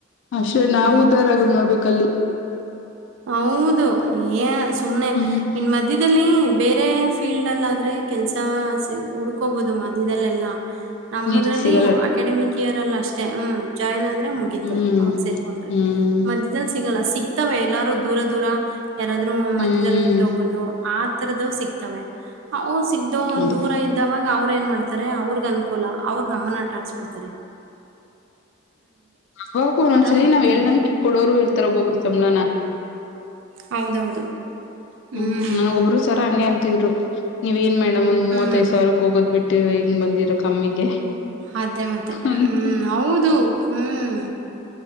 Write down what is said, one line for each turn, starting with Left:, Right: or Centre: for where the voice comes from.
Left: ಅಷ್ಟೆ ನಾವು
Right: ಅದೇ
Left: ಉದಾರ
Right: ಅದೇ.
Left: ಆಗದ್ ನೋಡ್ಬೇಕ ಅಲ್ಲಿ
Right: ಹೌದು ಏ ಸುಮ್ಮ್ನೆ
Left: ಹ್ಮ್
Right: ಇನ್ ಮಧ್ಯದಲ್ಲಿ ಬೇರೆ ಫೀಲ್ಡ್ ಅಲ್ಲ ಆದ್ರೆ ಕೆಲ್ಸ ಸಿ ಉುಡ್ಕೋಬಹುದು ಮಧ್ಯದಲ್ಲೆಲ್ಲ ನಮ್ಮದ್ರಲ್ಲಿ
Left: ನೀರ್ ಸಿಗಲ್ಲ
Right: ಅಕಾಡೆಮಿಕ್ ಇಯರ್ ಅಲ್ಲ ಅಷ್ಟೇ ಹ್ಮ ಜಾಯಿನ್ ಆದ್ರೆ ಮುಗಿತು
Left: ಹ್ಮ್
Right: ಅವಾಗ ಸೇರ್ಕೊಂಡ್ರೆ
Left: ಹ್ಮ್
Right: ಮಧ್ಯದಲ್ಲಿ ಸಿಗಲ್ಲ ಸಿಗ್ತವ ಎಲ್ಲಾರು ದೂರ ದೂರ ಯಾರಾದರೂ
Left: ಹ್ಮ್
Right: ಮಧ್ಯ್ಯದಲ್ಲಿ ಬಿಟ್ಟು ಹೋಗೋುದು ಆತರದ ಸಿಕ್ತವೆ ಅವು ಸಿಗ್ದೋ
Left: ಅದೇ
Right: ದೂರ ಇದ್ದಾವ ಅವ್ರು ಏನ್ ಮಾಡ್ಡ್ತಾರೆ ಅವ್ರಗ್ ಅನುಕೂಲ ಅವ್ರು ನಮ್ಮನ್ನ ಆಟ ಆಡ್ಸ್ಬಿಡ್ತಾರೆ
Left: ಹೋಗಬುವ ಒಂದ್ಸಲಿ
Right: ಮಾಡ್ತಾರೆ
Left: ನಾವ್ ಎಳ್ ನಂಕ ಇ ಕೊಡೋರು ಇರ್ತಾರ ಒಬ್ಬೊಬ್ರು ಸಂಳಾನ
Right: ಹೌದೌದು
Left: ಹ್ಮ್
Right: ಹ್ಞೂ
Left: ನನಗ ಒಬ್ರು ಸರ ಹಂಗೆ ಅಂತಿದ್ರು ನೀವ್ ಏನ್ ಮೇಡಮ್ ಒಂದ್ ಮೂವತ್ತ್ತೈದ್
Right: ಹ್ಮ್
Left: ಸಾವಿಕ್ ಹೋಗೋದ್ ಬಿಟ್ಟು ಇದು ಹಿಂಗ್ ಬಂದಿರ ಕಮ್ಮಿಗೆ
Right: ಅದೇ ಮತ್ತೆ ಹ್ಮ್
Left: ಅಂತ.
Right: ಹೌದು ಹ್ಮ್